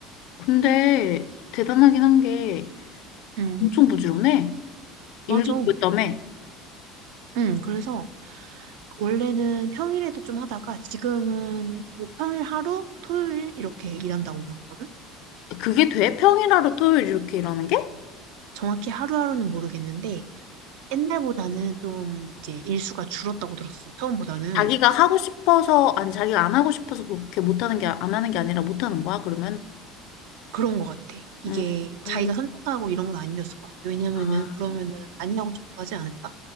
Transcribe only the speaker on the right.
응.
맞아.
응, 그래서 원래는 평일에도 좀 하다가 지금은 뭐 평일 하루, 토요일 이렇게 일한다고 들었거든?
정확히 하루하루는 모르겠는데 옛날보다는 좀 이제 일수가 줄었다고 들었어. 처음보다는.
그런 것 같아. 이게
자기가
선택하고 이런 건 아니었을 것 같아. 왜냐면은
그러면은 많이 하고 싶어 하지 않을까?